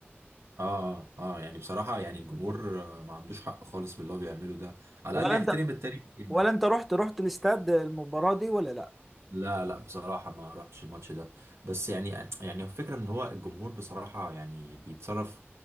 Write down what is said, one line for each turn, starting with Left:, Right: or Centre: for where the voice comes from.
Right: اه اه اه يعني بصراحه يعني الجمهور آه، ما عندوش حق خالص باللي هو بيعمله ده على
Centre: ولا
Right: الاقل يحترم
Centre: انت
Right: التاريخ يعني.
Centre: ولا انت رحت رحت الاستاد المباراة دي ولا لا
Right: لا لا بصراحة ما روحتش الماتش ده بس يعني يعني الفكرة ان هو الجمهور بصراحة يعني بيتصرف